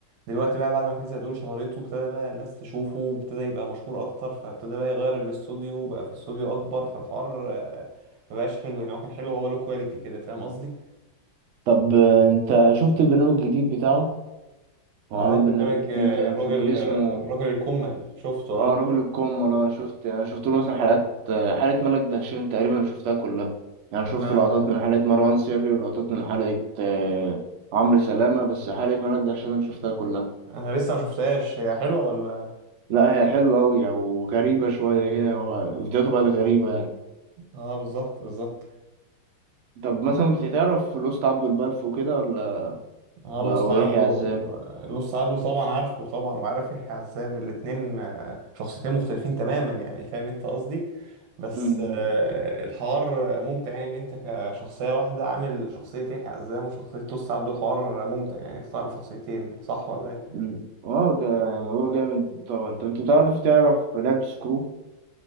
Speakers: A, on the right; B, on the right.
A: دلوقتي بقى بعد ما كنزي هدولي شهرته ابتدى بقى الناس تشوفه وابتدى يبقى مشهور اكتر فابتدى بقى يغير الاستوديو وبقى في استوديو اكبر فالحوار آه، ما بقاش حلو يعني هو كان حلو هو له كواليتي كده فاهم قصدي
B: طب آه، انت شفت البرنامج الجديد بتاعه هو
A: اه
B: عامل
A: برنامج
B: برنامج
A: آه،
B: جديد كده
A: الراجل
B: مش فاكر اسمه
A: آه، الراجل الكمل شفته اه
B: اه راجل الكوم انا شفت انا شفت له مثلا حلقات آه، حلقه ملك دهشان تقريبا شفتها كلها يعني شفت
A: انا
B: لقطات من حلقه مروان سري ولقطات من حلقه آه، عمرو سلامه بس حلقه ملك دهشان أنا شفتها كلها
A: انا لسه ما شفتهاش هي حلوه ولا
B: لا هي حلوة أوي يعني، وغريبة شوية كده هو فيديوهاته بقت غريبة يعني
A: اه بالظبط بالظبط
B: طب مثلا بتتعرف لوست عبد البلف وكده ولا
A: اه
B: و-
A: لوست
B: ويحيى
A: عبده
B: عزام؟
A: لوست عبده طبعا عارفه طبعا وعارف يحيى عزام الاتنين آه، شخصيتين مختلفين تماما يعني فاهم انت قصدي بس
B: أمم،
A: آه، الحوار ممتع يعني ان انت كشخصية واحدة عامل شخصية يحيى عزام وشخصية لوست عبده الحوار ممتع يعني انت طالع بشخصيتين صح ولا ايه
B: أمم. اه ده يعني هو جامد طبعا طب انت بتعرف تعرف لاب سكرو